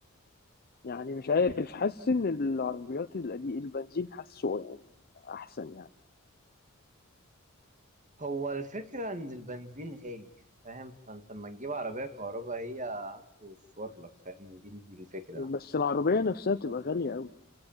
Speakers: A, on the left; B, on the right.
A: يعني مش عارف حاسس ان العربيات القديم البنزين حاسه يعني احسن يعني
B: هو الفكرة ان البنزين غالي فاهم فانت لما تجيب عربية كهرباء هي هتوفر لك فاهم دي دي الفكرة
A: بس العربية نفسها بتبقى غالية قوي